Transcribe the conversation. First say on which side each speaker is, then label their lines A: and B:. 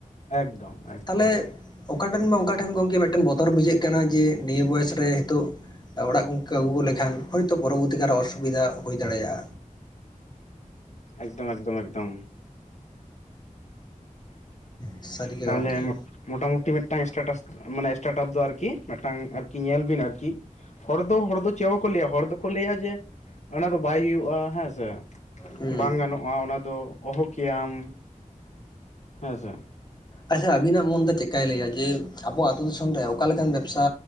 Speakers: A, on the left; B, on the left.
A: ᱮᱠᱫᱚᱢ ᱮᱠᱫᱚᱢ᱾
B: ᱛᱟᱦᱚᱞᱮ ᱚᱠᱟᱴᱷᱮᱱ ᱢᱟ ᱚᱠᱟ ᱴᱷᱮᱱ ᱜᱚᱢᱠᱮ ᱢᱤᱫᱴᱮᱱ ᱵᱚᱛᱚᱨ ᱵᱩᱡᱷᱟᱹᱜ ᱠᱟᱱᱟ, ᱡᱮ ᱱᱤᱭᱟᱹ ᱵᱚᱭᱮᱥ ᱨᱮ ᱱᱤᱛᱚᱜ ᱚᱲᱟᱜ ᱜᱚᱢᱠᱮ ᱟᱹᱜᱩ ᱞᱮᱠᱷᱟᱱ, ᱦᱚᱭᱛᱚ ᱯᱚᱨᱚᱵᱚᱨᱛᱤ ᱠᱟᱞᱨᱮ ᱚᱥᱩᱵᱤᱫᱷᱟ ᱦᱩᱭ ᱫᱟᱲᱮᱭᱟᱜᱼᱟ᱾
A: ᱮᱠᱫᱚᱢ, ᱮᱠᱫᱚᱢ, ᱮᱠᱫᱚᱢ᱾
B: ᱥᱟᱹᱨᱤᱜᱮ
A: ᱛᱟᱦᱚᱞᱮ
B: ᱜᱚᱢᱠᱮ
A: ᱮᱢᱚᱱ <unintelligible> ᱢᱚᱴᱟ ᱢᱩᱴᱤ ᱢᱤᱫᱴᱟᱝ ᱥᱴᱟᱴᱟᱥ ᱢᱟᱱᱮ ᱥᱴᱟᱴᱟᱯ ᱫᱚ ᱟᱨᱠᱤ ᱢᱤᱫᱴᱟᱝ ᱟᱨᱠᱤ ᱧᱮᱞ ᱵᱤᱱ ᱟᱨᱠᱤ ᱦᱚᱲ ᱫᱚ ᱦᱚᱲ ᱫᱚ ᱪᱮᱫ ᱵᱟᱠᱚ ᱞᱟᱹᱭᱟ᱾ ᱦᱚᱲ ᱫᱚᱠᱚ ᱞᱟᱹᱭᱟ ᱡᱮ ᱚᱱᱟ ᱫᱚ ᱵᱟᱭ ᱦᱩᱭᱩᱜᱼᱟ, ᱦᱮᱸ ᱥᱮ?
B: ᱦᱮᱸ
A: ᱵᱟᱝ ᱜᱟᱱᱚᱜᱼᱟ ᱚᱱᱟ ᱫᱚ᱾ ᱚᱦᱚ ᱠᱮᱭᱟᱢ᱾ ᱦᱮᱸᱥᱮ?
B: ᱟᱪᱪᱷᱟ ᱟᱹᱵᱤᱱᱟᱜ ᱢᱚᱱᱛᱮ ᱪᱤᱠᱟᱭ ᱞᱟᱹᱭᱟ? ᱡᱮ ᱟᱵᱚ ᱟᱹᱛᱩ ᱫᱤᱥᱚᱢ ᱨᱮ ᱚᱠᱟ ᱞᱮᱠᱟᱱ ᱵᱮᱵᱽᱥᱟ